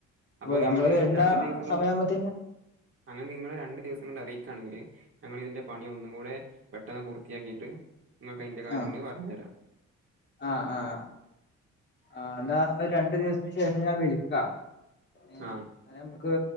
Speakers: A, on the right (about 45°); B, on the left (about 35°).
A: അപ്പൊ നിങ്ങള്
B: നമ്മള് വരുന്ന
A: രണ്ട് ദിവസം കൊ
B: സമയാവുമ്പത്തേന്
A: അങ്ങനെ നിങ്ങള് രണ്ടു ദിവസം കൊണ്ട് അറിയിക്കാണെങ്കില് ഞങ്ങള് ഇതിന്റെ പണി ഒന്നും കൂടെ പെട്ടെന്ന് പൂർത്തിയാക്കിയിട്ട് നിങ്ങക്ക് അയിന്റെ കാര്യങ്ങള്
B: ആഹ്
A: പറഞ്ഞരാ.
B: ആഹ് ആഹ് ആഹ് ന്നാ രണ്ടു ദിവസത്തിന് ശേഷം ഞാൻ വിളിക്കാ. ഏഹ്
A: ആ
B: ഇന്നാല് നമക്ക്